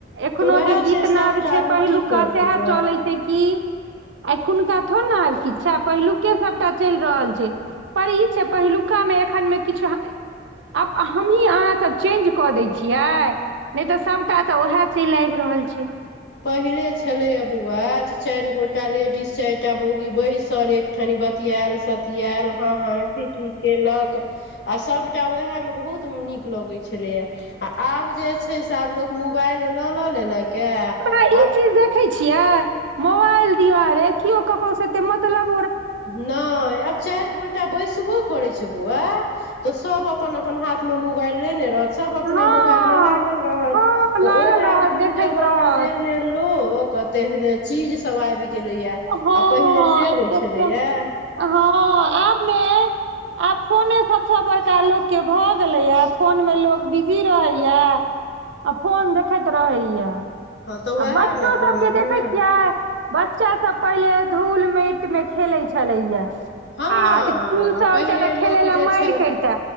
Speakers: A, on the right; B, on the left.
A: एखनो
B: तऽ उएह
A: जे गीत
B: छै सभटा
A: नाद छै
B: लोक
A: पहिलुका
B: की करतै
A: सएह
B: बुआ
A: चलै छै कि एखुनका थोड़ ने आब किछा पहिलुकेँ सबटा चलि रहल छै पर ई छै पहिलुका मे एखन मे किछु आब हमही अहाँसभ चेंज कऽ दैत छियै नहि तऽ सभटा तऽ उएह चलि आबि रहल छै
B: पहिले छलै आ बौआ जे चारि गोटा लेडीज चारि एकटा मौगी बैसल एकठनी बतिआएल बतियेल हँ हँ ठी ठी केलक आ सभटा वएहमे बहुत नीक लगै छलैया आ आब जे छै से आब लोक मोबाइल लऽ लऽ लेलक आ
A: आ ई
B: आब
A: चीज देखे छियै मोबाइल दुआरे केओ केकरो सेे ओते मतलब
B: नहि आब चारि गोटा बैसबो करै छै बौआ तऽ सब अपन अपन हाथमे मोबाइल लेने रहथि सब अपना
A: हँ
B: मोबाइल मे लागल रहत
A: हँ लागल
B: तऽ ओहे
A: रहत
B: आब जूग
A: देखैत
B: जमाना
A: रहत
B: जेहने लोक तेहने चीजसभ आबि गेलैया
A: हँ
B: आ पहिले से होइ
A: हँ
B: छलैए <inaudible>
A: हँ आबमे आब ने आब फोने सभसँ बड़का लोकके भऽ गेलैया फोन मे लोक बिजी रहैया आ फोन देखैत रहैया
B: हँ तऽ
A: आ
B: उएह
A: बच्चो
B: ने कहलहुँ
A: सबके देखैत
B: हेँ
A: छियै बच्चा सब पहिले धूल माटि मे खेले छलेया आ
B: हँ
A: स्कूल से आयते
B: पहिले
A: तऽ खेले
B: लोक
A: ल
B: जे
A: मारि
B: छलए
A: करिते